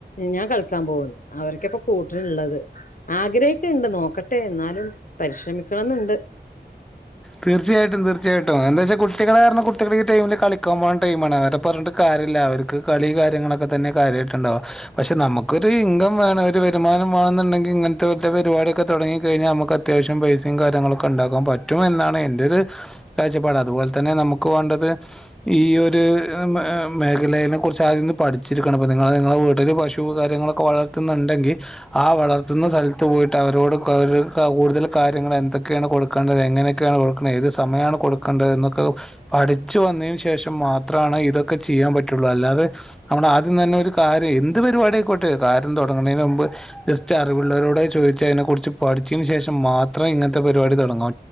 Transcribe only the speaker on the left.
ഞാൻ കളിക്കാൻ പോവ്ന്നു അവരക്കപ്പ കൂട്ടിന്ള്ളത് ആഗ്രഹക്കെണ്ട് നോക്കട്ടെ എന്നാലും പരിശ്രമിക്കണന്ന്‌ണ്ട്.